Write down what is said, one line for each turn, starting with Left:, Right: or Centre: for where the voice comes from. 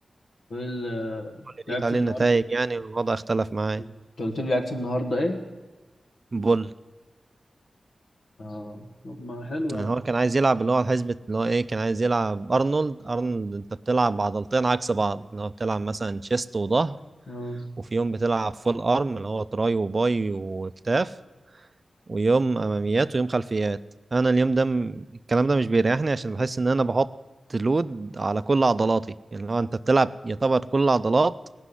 Left: وايه ال
Right: لقيت
Left: لعبت
Right: عليه
Left: النهارده
Right: النتائج يعني والوضع اختلف معايا
Left: انت قلت لي لعبت النهارده ايه
Right: بول
Left: اه طب ما حلو
Right: يعني
Left: يعني
Right: هو كان عايز يلعب اللي هو حسبة اللي هو ايه كان عايز يلعب ارنولد ارنولد انت بتلعب عضلتين عكس بعض اللي هو بتلعب مثلا شيست وظهر
Left: اه
Right: وفي يوم بتلعب فول ارم اللي هو تراي وباي وكتاف ويوم اماميات ويوم خلفيات انا اليوم ده م- الكلام ده مش بيريحني عشان بحس ان انا بحط لود على كل عضلاتي يعني لو انت بتلعب يعتبر كل عضلات